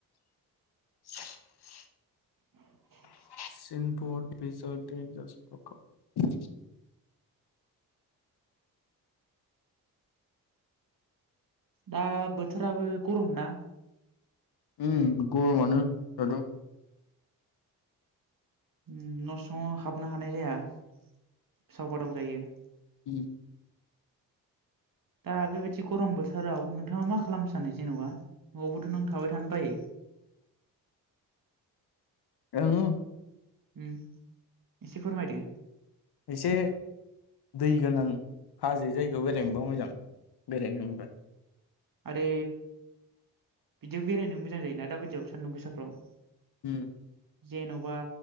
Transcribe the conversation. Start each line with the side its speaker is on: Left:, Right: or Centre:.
Left: <inaudible>
Right: <inaudible>
Left: <unintelligible>
Right: दा बोथोराबो गरम ना।
Left: उम गरमानो दाथ'।
Right: उम न' सिङाव हाबनो हानाय जाया उसाव बादाव जायो।
Left: <inaudible>
Right: दा बेबायदि गरम बोथोराव नोंथाङा मा खालामनो सानो जेन'बा न'आवबोथ' नों थाबाय थानो बायो।
Left: ओ
Right: उम एसे फोरमायदो।
Left: एसे दै गोनां हाजो जायगायाव बेरायनो मोनोबा मोजां बेरायनो मोनबा।
Right: आरे बिदियाव बेरायनो मोजां जायोना दाबायदियाव सान्दुं गोसाफ्राव।
Left: उम।
Right: जेन'बा।